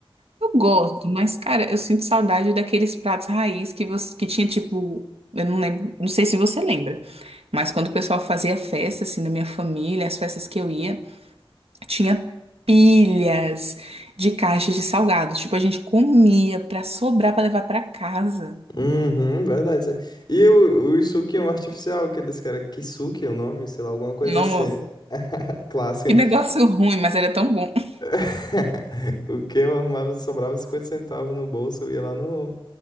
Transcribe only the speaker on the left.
Uhum, verdade. E o, o Yusuke é um artificial, que eles querem Kisuke, é o nome, sei lá, alguma coisa
assim. <laughs> Clássico,
hein?
<laughs> O que eu arrumava, sobrava 50 centavos no bolso, eu ia lá no,